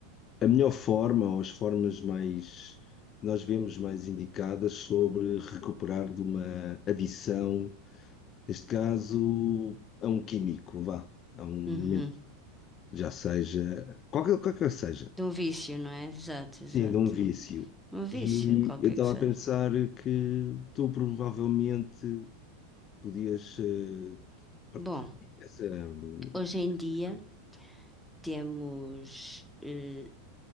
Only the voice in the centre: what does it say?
Uhum.
De um vício, não é? Exato, exato.
Um vício,
qualquer
que seja.
Bom,
hoje em dia
temos eh,